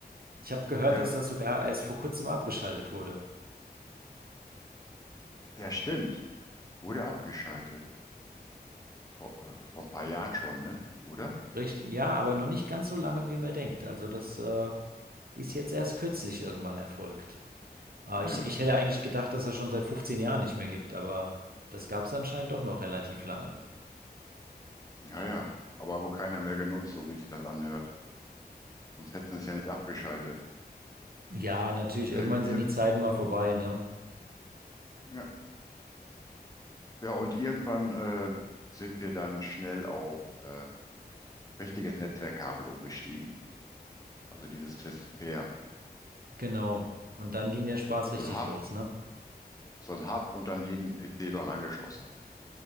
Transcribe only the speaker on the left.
Ja,
ja, stimmt. Wurde abgeschaltet. Vor, äh, vor ein paar Jahren schon, ne? Oder?
Naja,
naja. Aber wo keiner mehr genutzt, so wie sich das anhört. Sonst hätten sie es ja nicht abgeschaltet.
Äh,
ja,
ja, ja, und irgendwann äh, sind wir dann schnell auf äh, richtiges Netzwerkkabel umgestiegen. Also dieses Twisted Pair.
So ein Hub,
so ein Hub und dann jeden PC dran angeschlossen.